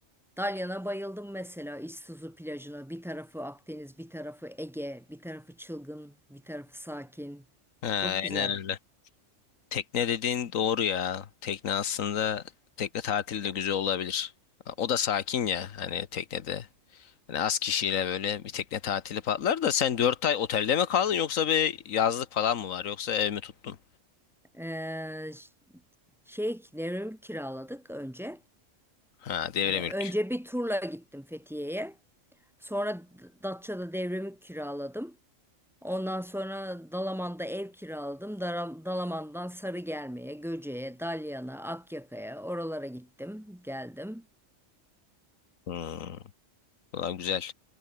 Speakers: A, in the centre; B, on the left.
A: Dalyan'a bayıldım mesela İztuzu plajına. Bir tarafı Akdeniz, bir tarafı Ege, bir tarafı çılgın, bir tarafı sakin.
B: Ha, aynen
A: Çok güzel.
B: öyle. Tekne dediğin doğru ya. Tekne aslında tekne tatili de güzel olabilir. O da sakin ya hani teknede. Hani az kişiyle böyle bir tekne tatili patlar da sen 4 ay otelde mi kaldın yoksa bir yazlık falan mı var yoksa ev mi tuttun?
A: Ee, ş- şey, Nevram'ı kiraladık önce.
B: Ha devre
A: Ee, önce
B: mülk.
A: bir turla gittim Fethiye'ye. Sonra D- Datça'da devremi kiraladım. Ondan sonra Dalaman'da ev kiraladım. Dara- Dalaman'dan Sarıgerme'ye, Göce'ye, Dalyan'a, Akyaka'ya oralara gittim, geldim.
B: Hmm. Ulan güzel.